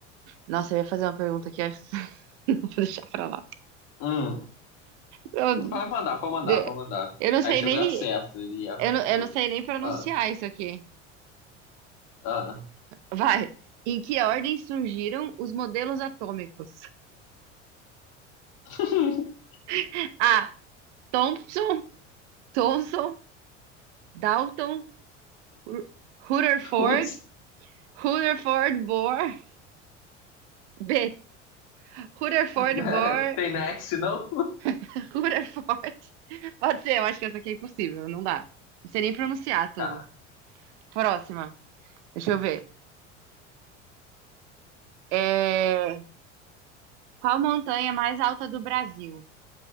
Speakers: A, on the right; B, on the left.
A: Nossa, eu ia fazer uma pergunta aqui, acho que <laughs> vou deixar pra lá.
B: Hum,
A: Eu,
B: vai mandar, pode mandar,
A: de-
B: pode mandar.
A: eu não
B: Aí
A: sei
B: chegou
A: nem,
B: a acerta. E ela
A: eu não, eu
B: falou,
A: não sei nem pronunciar
B: ah,
A: isso aqui.
B: ah.
A: Vai. Em que ordem surgiram os modelos atômicos?
B: <laughs>
A: <laughs> A. Thomson, Thomson, Dalton, Ru- Rutherford,
B: Putz,
A: Rutherford Bohr. B. Rutherford
B: né?
A: Bohr,
B: tem next, não?
A: <laughs> Rutherford. Pode ser, eu acho que essa aqui é impossível, não dá. Não sei nem pronunciar tudo.
B: Tá.
A: Próxima. Deixa eu ver. É, Qual montanha é mais alta do Brasil?